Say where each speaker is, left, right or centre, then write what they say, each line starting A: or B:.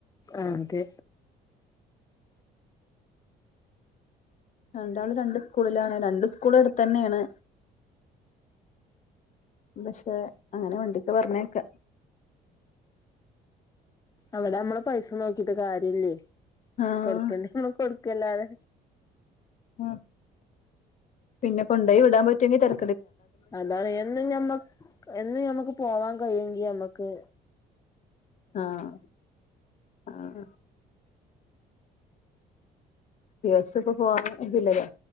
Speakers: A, on the left; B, on the left.
A: അ അതെ
B: രണ്ടാള് രണ്ട് സ്കൂളിലാണ് രണ്ടു സ്കൂള് അടുത്ത് തന്നെയാണ് പക്ഷെ അങ്ങനെ വണ്ടിക്ക് പറഞ്ഞേക്കെ
A: അവിടെ നമ്മള് പൈസ നോക്കിട്ട് കാര്യല്ലേ
B: ആഹ്
A: കൊടുക്കണ്ട നമ്മള് കൊടു ക്കല്ലാണ്
B: ഉ പിന്നെ കൊണ്ടോയി വിടാൻ പറ്റുമെങ്കി തര
A: അതാണ് എന്നും ഞമ്മക്ക് എന്നും ഞമ്മക്ക് പോവാൻ കഴിയുമെങ്കി മ്മക്ക്
B: ആഹ ആഹ ദിവസ ഇപ്പ പോവാൻ ഇതില്ലല്ലോ